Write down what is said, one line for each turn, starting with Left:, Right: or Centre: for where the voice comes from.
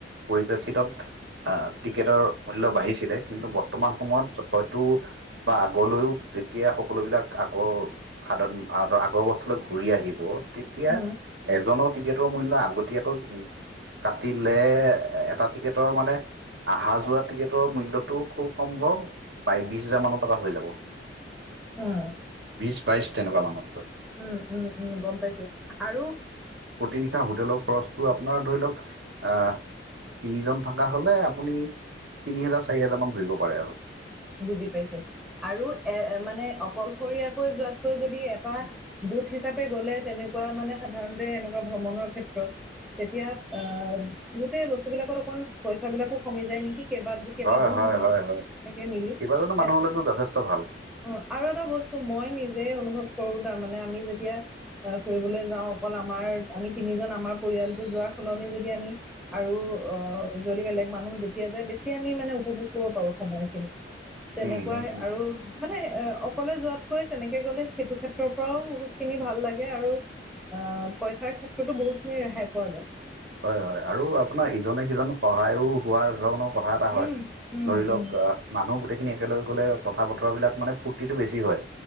Right: পৰিপ্ৰেক্ষিতত অ' টিকেটৰ মূল্য বাঢ়িছে। ছিলে কিন্তু বৰ্তমান সময়ত হয়তো বা আগলৈও যেতিয়া সকলোবিলাক আগৰ সাদন আগৰ বছলৈ ঘূৰি আহিব তেতিয়া
Centre: উম উম
Right: এজনৰ টিকেটৰ মূল্য আগতীয়াকৈ কাটিলে এটা টিকেটৰ মানে আহা যোৱা টিকেটৰ মূল্য টো খুব সম্ভৱ বাই বিশ হাজাৰ মানৰ টকা হৈ যাব।
Centre: উম।
Right: বিছ বাইছ তেনেকুৱা মানৰ ভিতৰত।
Centre: উম, উম, উম, গ'ম পাইছোঁ। আৰু
Right: প্ৰতি নিশা হোটেলৰ খৰচটো আপোনাৰ ধৰি লওক আ তিনিজন থকা হ'লে আপুনি তিনি হেজাৰ চাৰি, হোজাৰ মান ধৰিব পাৰে আৰু।
Centre: বুজি পাইছোঁ আৰু এ, মানে অকলশৰীয়াকৈ যোৱাতকৈ যদি এটা গোট হিচাপে গ'লে তেনেকুৱা মানে সাধাৰণতে এনেকুৱা ভ্ৰমণৰ ক্ষেত্ৰত তেতিয়া অ' গোটেই বস্তুবিলাকত অকন পইচাবিলাকো কমি যায় নেকি। কেইবা কেইবাজনো
Right: হয় হয়
Centre: মানুহ
Right: হয় হয়
Centre: তেনেকে মিলি
Right: কেইবাজনো
Centre: তে
Right: মানুহ হলেতো যথেষ্ট ভাল
Centre: অ' আৰু এটা বস্তু মই নিজে অনুভৱ কৰোঁ তাৰমানানে আমি যেতিয়া আ, ফুৰিবলৈ যাওঁ, অকল আমাৰ আমি তিনিজন আমাৰ পৰিয়ালটো যোৱাৰ সলনি যদি আমি আৰু অ' যদি বেলেগ মানুহ যেতিয়া যায়, বেছি আমি মানে উপভোগ কৰিব পাৰো সময়খিনি। তেনেকুৱাই
Right: উম হুম হুম
Centre: আৰু। মানে এ, অকলে যোৱাতকৈ তেনেকে গ'লে সেইটো ক্ষেত্ৰৰ পৰাও বহুতখিনি ভাল লাগে আৰু। আ, পইচাৰ ক্ষেত্ৰতো বহুতখিনি ৰেহাই পোৱা যায়।
Right: হয় হয় আৰু আপোনাৰ ইজনে সিজনক সহায়ো হোৱাৰ ৰণক কথা এটা
Centre: উম
Right: হয়
Centre: উম
Right: ধৰি লওক
Centre: উম
Right: আহ। মানুহ গোটেইখিনি একেলগ গলে কথা বতৰাবলাক মানে ফূ্তিটো বেছি হয়।